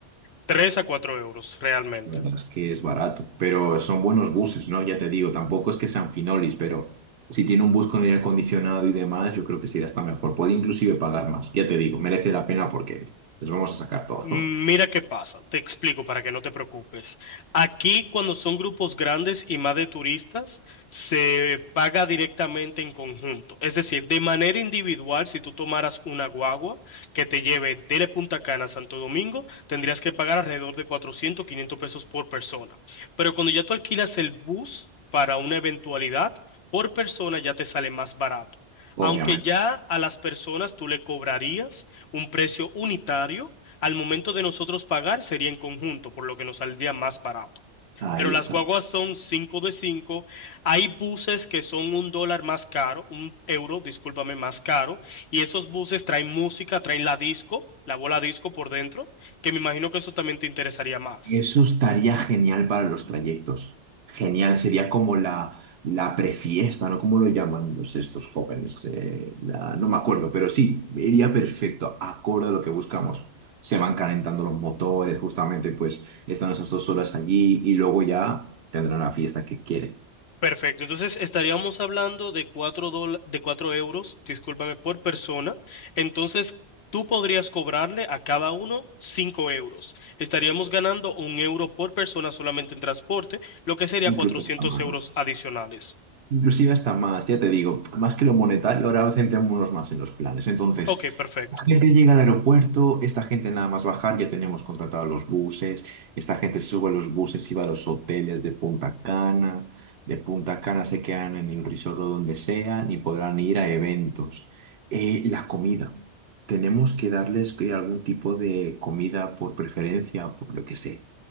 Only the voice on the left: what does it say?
tres a cuatro euros realmente.
Mira qué pasa, te explico para que no te preocupes. Aquí cuando son grupos grandes y más de turistas, se paga directamente en conjunto. Es decir, de manera individual, si tú tomaras una guagua que te lleve de Punta Cana a Santo Domingo, tendrías que pagar alrededor de cuatrocientos quinientos pesos por persona. Pero cuando ya tú alquilas el bus para una eventualidad, por persona ya te sale más barato.
Aunque ya a las personas tú le cobrarías un precio unitario al momento de nosotros pagar sería en conjunto, por lo que nos saldría más barato.
Pero las
guaguas son 5 de 5. Hay buses que son un dólar más caro, un euro, discúlpame, más caro. Y esos buses traen música, traen la disco, la bola disco por dentro, que me imagino que eso también te interesaría más.
Perfecto, entonces estaríamos hablando de cuatro dola- de 4 euros, discúlpame, por persona. Entonces tú podrías cobrarle a cada uno 5 euros. Estaríamos ganando un euro por persona solamente en transporte, lo que sería
400
euros
adicionales.
Ok, perfecto.